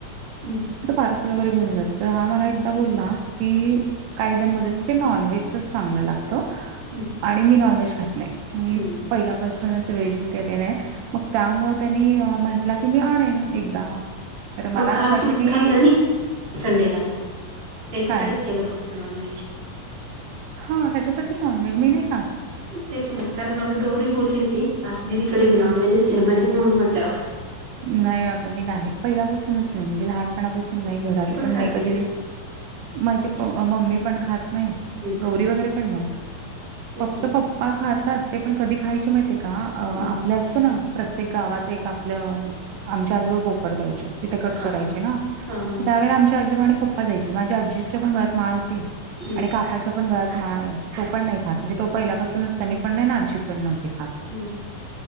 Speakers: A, on the right (about 25°); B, on the right (about 80°).
A: हम्म
B: पार्सल वगैरे घेऊन जातो तर हा मला एकदा बोला. की काही जण म्हत क ते नॉनव्हेजचच चांगलं लागत.
A: हम्म
B: आणि मी नॉन व्हेज खात नाही
A: हम्म
B: पहि पासूनच व्हेजिटेरियन आहे मग त्यामुळे त्यांनी म्हंटलं की मी आणेन एकदा. तर
A: मग
B: मला
A: काल
B: असं वाटलं
A: तू
B: की,
A: खाल्लं नाही संडेला त्यांच्यासाठीच
B: काय
A: केलं फक्त नॉन व्हेज.
B: हा त्याच्यासाठी नॉन व्हेज मी नाही खात.
A: तेच नाही कारण मला गौरी बोलली होती, आज दिदी कडे
B: हं,
A: बी नॉन व्हेजचे म्हणे म्हणून म्हटल
B: नाही अग मी नाही, पहिल्यापासूनच नाही, म्हणजे लहानपणापासून नाही, घरात
A: ती
B: पण
A: खात
B: नाही कधी.
A: ना
B: माझी प मम्मी पण खात नाही.
A: हम्म!
B: पोरी वगैरे पण नही
A: तेच
B: फक्त
A: ना
B: पप्पा खातात. तेपण कधी खायचे माहिती का? का
A: हम्म,
B: आपलं असतं ना प्रत्येक गावात एक आपल्या आमच्या आजोबा बोकड द्याचे. तिथे कट
A: हा
B: करायचे
A: हा
B: ना
A: हा हा हा
B: त्यावेळे आमच्या आजोबा आणि पप्पा जायचे माझ्या आजीच्या पण गळ्यात माळ होती.
A: हम्म
B: आणि काकाच्या पण गळ्यात माळ आहे तो पण नाही खात म्हणजे तो पहिल्यापासूनच त्यानी पण नाही आनी अजी पण नव्हती खात.
A: हम्म!